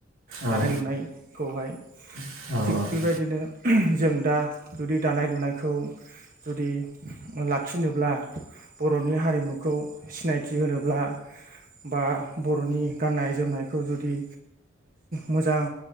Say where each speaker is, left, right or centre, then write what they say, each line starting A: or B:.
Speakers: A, on the right; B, on the right.
A: दानाय
B: औ
A: लुनायखौहाय
B: औ
A: थिग
B: औ
A: बेबायदिनो जों दा जुदि दानाय लुनायखौ जुदि लाखिनोब्ला बरनि हारिमुखौ सिनायथि होनोब्ला बा बर'नि गाननाय जोमनायखौ जुदि मोजां